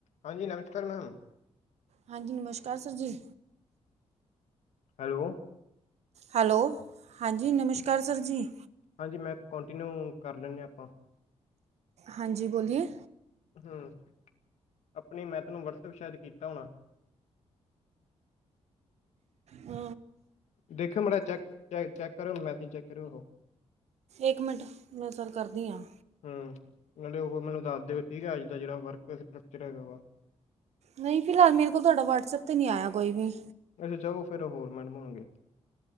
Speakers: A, on the left (about 85°); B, on the right (about 70°).
A: ਹਾਂਜੀ ਨਮਸਕਾਰ ਮੈਮ।
B: ਹਾਂਜੀ ਨਮਸਕਾਰ ਸਰ ਜੀ।
A: ਹੈਲੋ।
B: ਹੈਲੋ, ਹਾਂਜੀ ਨਮਸਕਾਰ ਸਰ ਜੀ।
A: ਹਾਂਜੀ ਮੈਂ ਕੰਟੀਨਿਊ ਕਰ ਲੈਂਦੇ ਹਾਂ ਆਪਾਂ।
B: ਹਾਂਜੀ ਬੋਲੀਏ।
A: ਹਮ ਆਪਣੇ ਮੈਂ ਤੈਨੂੰ ਵਟਸਐਪ ਸ਼ਾਇਦ ਕੀਤਾ ਹੋਣਾ।
B: ਹਮ।
A: ਦੇਖਿਓ ਮਾੜਾ ਚੈੱਕ ਚ ਚੈੱਕ ਕਰਿਓ ਮੈਸੇ ਚੈੱਕ ਕਰਿਓ।
B: ਇੱਕ ਮਿੰਟ, ਮੈਂ ਸਰ ਕਰਦੀ ਹਾਂ।
A: ਹਮ ਮਤਬ ਉਹ ਮੈਨੂੰ ਦੱਸ ਦਿਓ ਠੀਕ ਹੈ ਅੱਜ ਦਾ ਜਿਹੜਾ ਵਰਕ ਸਟਕਚਰ ਹੈਗਾ ਵਾ।
B: ਨਹੀਂ ਫਿਲਹਾਲ ਮੇਰੇ ਕੋਲ ਤੁਹਾਡਾ ਵਟਸਐਪ ਤੇ ਨਹੀਂ ਆਇਆ ਕੋਈ ਵੀ।
A: ਅੱਛਾ ਚੋ ਫਿਰ ਹੋਰ ਮੈਡਮ ਹੋਣਗੇ